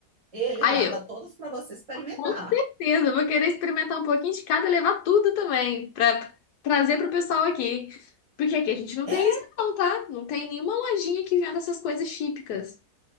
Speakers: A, on the right; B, on the left.
A: Ele
B: Aí
A: lá
B: eu,
A: dá todos para você experimentar.
B: com certeza, eu vou querer experimentar um pouquinho de cada e levar tudo também, pra trazer pro pessoal aqui. Porque aqui a gente não
A: É?
B: tem isso, não, tá? Não tem nenhuma lojinha que venda essas coisas típicas.